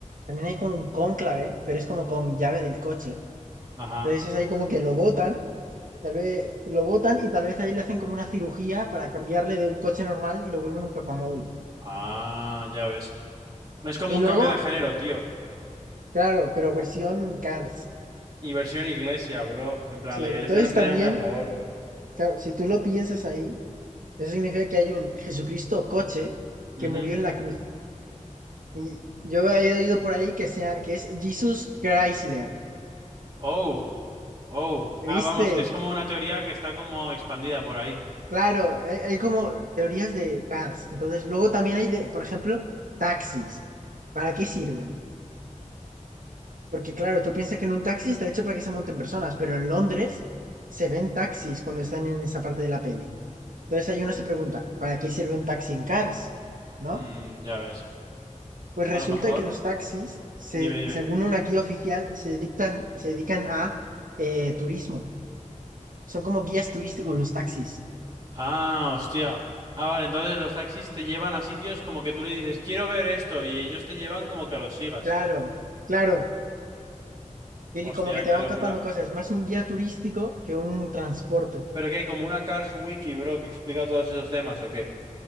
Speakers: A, on the right; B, on the right.
A: también hay como un cónclave, pero es como con llave del coche.
B: Ajá.
A: Entonces es ahí como que lo botan, tal vez lo botan y tal vez ahí le hacen como una cirugía para cambiarle de un coche normal y lo vuelven un papa móvil.
B: Ah, ya ves. Es como
A: Y
B: un
A: luego,
B: cambio de género, tío.
A: claro, pero versión Cars.
B: Y versión iglesia, bro. En plan,
A: Sí,
B: la iglesia
A: entonces
B: no estaría
A: también
B: muy a favor.
A: Claro, si tú lo piensas ahí, eso significa que hay un Jesucristo coche que
B: Ujú.
A: murió en la cruz. Y yo he oído por ahí que, sea, que es Jesus Chrysler.
B: Oh, oh. Ah,
A: ¿Viste?
B: vamos, que es como una teoría que está como expandida por ahí.
A: Claro, hay, hay como teorías de cars. Entonces, luego también hay, de, por ejemplo, taxis. ¿Para qué sirven? Porque claro, tú piensas que en un taxi está hecho para que se monten personas, pero en Londres se ven taxis cuando están en esa parte de la peli. Entonces ahí uno se pregunta, ¿para qué sirve un taxi en Cars? ¿No?
B: Mm, ya ves.
A: Pues
B: A
A: resulta
B: lo mejor.
A: que los taxis, se,
B: Dime, dime.
A: según una guía oficial, se dedican, se dedican a eh, turismo. Son como guías turísticos los taxis.
B: Ah, hostia. Ah, vale, entonces los taxis te llevan a sitios como que tú le dices, quiero ver esto, y ellos te llevan como que los sigas.
A: Claro, claro. Y
B: Hostia,
A: como que te
B: qué
A: van
B: locura.
A: contando cosas, más un guía turístico que un transporte.
B: Pero que hay como una Cars Wiki, bro, que explica todos esos temas, ¿o qué?